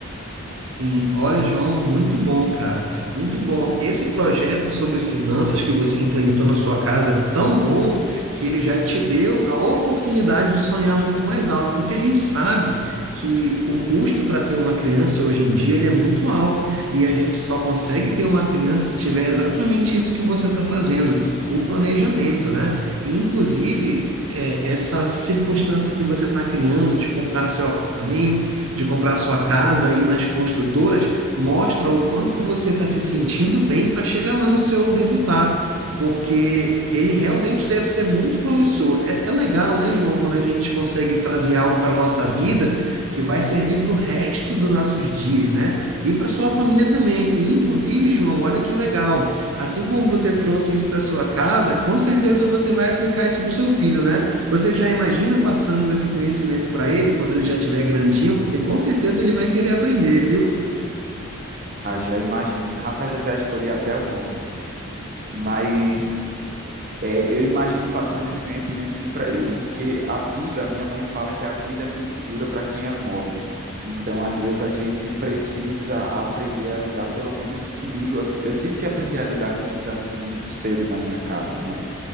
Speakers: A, on the right (about 70°); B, on the right (about 40°).
A: Sim, olha, João, muito bom, cara. Muito bom. Esse projeto sobre finanças que você implementou na sua casa é tão bom que ele já te deu a oportunidade de sonhar muito mais alto, porque a gente sabe que o custo para ter uma criança hoje em dia ele é muito alto e a gente só consegue ter uma criança se tiver exatamente isso que você está fazendo, o planejamento, né? E, inclusive, é, essa circunstância que você está criando de comprar seu apartamento de comprar sua casa aí nas construtoras, mostra o quanto você está se sentindo bem para chegar lá no seu resultado, porque ele realmente deve ser muito promissor. É, é legal, né, João, quando a gente consegue trazer algo para a nossa vida que vai servir para o resto dos nossos dias, né? E para sua família também. E, inclusive, João, olha que legal. Assim como você trouxe isso para sua casa, com certeza você vai aplicar isso para o seu filho, né? Você já imagina passando esse conhecimento para ele quando ele já tiver grandinho, porque com certeza ele vai querer aprender, viu?
B: Ah, já imagino. Rapaz, eu já escolhi até o nome, mas é, eu imagino passando esse conhecimento sim para ele, porque a vida, a minha mãe fala que a vida é muito dura para quem é mole. Então, às vezes a gente precisa aprender a lidar, pelo menos comigo, eu, eu tive que aprender a lidar com os desafios muito cedo na minha casa, né?